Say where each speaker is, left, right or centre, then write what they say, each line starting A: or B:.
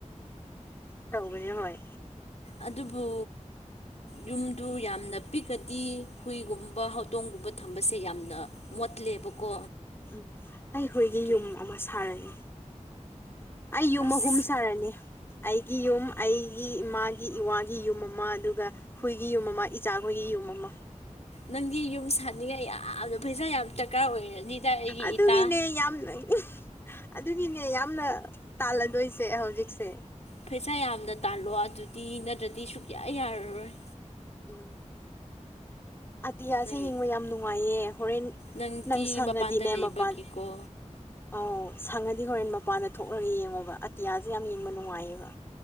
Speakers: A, on the left; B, on the left.
A: ꯇꯧꯕꯕꯅꯦ ꯍꯣꯏ
B: ꯑꯗꯨꯕꯨ ꯌꯨꯝꯗꯨ ꯌꯥꯝꯅ ꯄꯤꯛꯀꯗꯤ ꯍꯨꯏꯒꯨꯝꯕ ꯍꯧꯇꯣꯡꯒꯨꯝ ꯎꯕ ꯊꯝꯕꯁꯦ ꯌꯥꯝꯅ ꯃꯣꯠꯂꯦꯕꯀꯣ
A: ꯎꯝ ꯑꯩꯈꯣꯏꯒꯤ
B: ꯑꯗꯨ
A: ꯌꯨꯝ ꯑꯃ ꯁꯥꯔꯅꯤ ꯑꯩ ꯌꯨꯝ
B: ꯑꯁ
A: ꯑꯍꯨꯝ ꯁꯥꯔꯅꯤ ꯑꯩꯒꯤ ꯌꯨꯝ ꯑꯩꯒꯤ ꯏꯃꯥꯒꯤ ꯏꯋꯥꯒꯤ ꯌꯨꯝ ꯑꯃ ꯑꯗꯨꯒ ꯍꯨꯣꯏꯒꯤ ꯌꯨꯝ ꯑꯃ ꯏꯆꯥꯈꯣꯏꯒꯤ ꯌꯨꯝ ꯑꯃ
B: ꯅꯪꯗꯤ ꯌꯨꯝ ꯁꯥꯅꯤꯡꯉꯥꯏ ꯌꯥꯝꯅ ꯄꯩꯁꯥ ꯌꯥꯝ ꯇ ꯀꯀꯥ ꯑꯣꯏꯔꯗꯤꯗ ꯑꯩꯒꯤ
A: ꯑꯗꯨꯒꯤꯅꯦ
B: ꯏꯇꯥ
A: ꯌꯥꯝꯅ ꯑꯗꯨꯒꯤꯅꯦ ꯌꯥꯝꯅ ꯇꯥꯜꯂꯗꯣꯏꯁꯦ ꯍꯧꯖꯤꯛꯁꯦ
B: ꯄꯩꯁꯥ ꯌꯥꯝꯅ ꯇꯥꯜꯂꯣ ꯑꯗꯨꯗꯤ ꯅꯠꯇ꯭ꯔꯗꯤ ꯁꯨꯛꯌꯥ ꯌꯥꯔꯔꯣꯏ
A: ꯎꯝ ꯑꯇꯤꯌꯥꯁꯦ
B: ꯅꯪꯒꯤ
A: ꯌꯦꯡꯕ ꯌꯥꯝ ꯅꯨꯡꯉꯥꯏꯌꯦ ꯍꯣꯔꯦꯟ
B: ꯅꯪꯗꯤ
A: ꯅꯪ ꯁꯪꯉꯗꯤꯅꯦ
B: ꯃꯄꯥꯟꯗ ꯂꯩꯕꯒꯤꯀꯣ
A: ꯃꯄꯥꯟ <inaudible> ꯑꯧ ꯁꯪꯉꯗꯤ ꯍꯣꯔꯦꯟ ꯃꯄꯥꯟꯗ ꯊꯣꯛꯂꯒ ꯌꯦꯡꯉꯣꯕ ꯑꯇꯤꯌꯥꯁꯨ ꯌꯥꯝ ꯌꯦꯡꯕ ꯅꯨꯡꯉꯥꯏꯌꯦꯕ